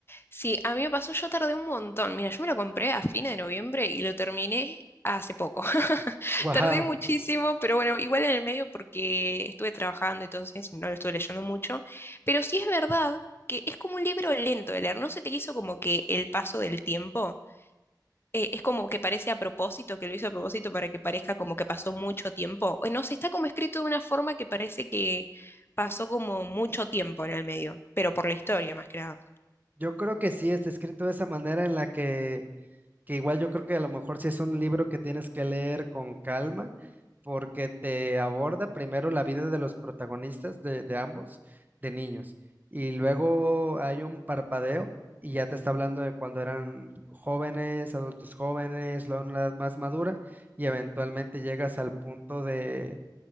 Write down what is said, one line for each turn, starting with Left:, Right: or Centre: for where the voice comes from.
Left: Sí, a mí me pasó, yo tardé un montón. Mira, yo me lo compré a fines de noviembre y lo terminé hace poco. <laughs>
Right: Wow.
Left: Tardé muchísimo, pero bueno, igual en el medio porque estuve trabajando, entonces no lo estuve leyendo mucho. Pero sí es verdad que es como un libro lento de leer. ¿No se te hizo como que el paso del tiempo? Eh, es como que parece a propósito, que lo hizo a propósito para que parezca como que pasó mucho tiempo. Eh, No sé, está como escrito de una forma que parece que pasó como mucho tiempo en el medio, pero por la historia más que nada.
Right: Yo creo que sí está escrito de esa manera en la que que igual yo creo que a lo mejor sí es un libro que tienes que leer con calma, porque te aborda primero la vida de los protagonistas de, de ambos, de niños, y luego hay un parpadeo y ya te está hablando de cuando eran jóvenes, adultos jóvenes, luego una edad más madura, y eventualmente llegas al punto de